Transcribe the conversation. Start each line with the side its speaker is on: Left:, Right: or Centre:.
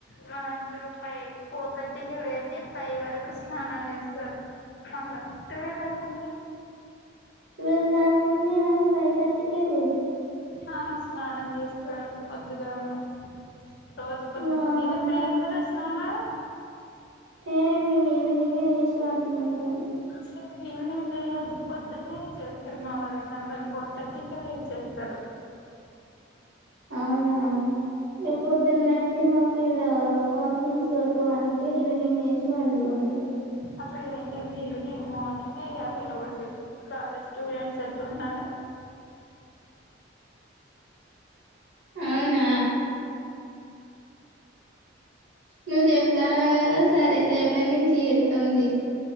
Left: మా దాంట్లో ఫై, ఫోర్ తట్టికి లేసి, ఫైవ్ వరకు, స్నానం చేస్తారు, మళ్ళ. టువెల్ దాక ఉంది.
Right: టువెల్ దాక ఉంది మల్ల ఫై తట్టికే లే.
Left: ఆస్. స్నానం జెస్తారు పొద్దుగాలనే. రోజు పొద్దున్నే,
Right: వామ్మో
Left: మీరు ఎప్పుడు ఎత్తారు స్నానము.,
Right: ఏ మేము ఈవినింగే జేసీ, పండుకుంటాం.
Left: సో ఈవినింగ్ జెయొద్దు, పొద్దునే చేస్తారు, మా వాళ్ళ అయితే అందరు, ఫోర్ తట్టికే లేసి, చేస్తారు.
Right: అవునా. ఇగ పొద్దున్నటే మాకు. ఇడ, బాత్రూమ్స్, దొరకవు, అందుకే ఈవినింగ్ చేసి వండుకుంర్రు.
Left: అసలు ఏం జదు ఈవినింగ్, మార్నింగ్ చేయ్యాలి రోజు కాలేజ్ స్టూడెంట్స్ ఎట్లుండాలే.
Right: అవునా. నువ్వు చెప్తాను కదా సరే రేపటి నుంచి ఎతమ్ తియ్.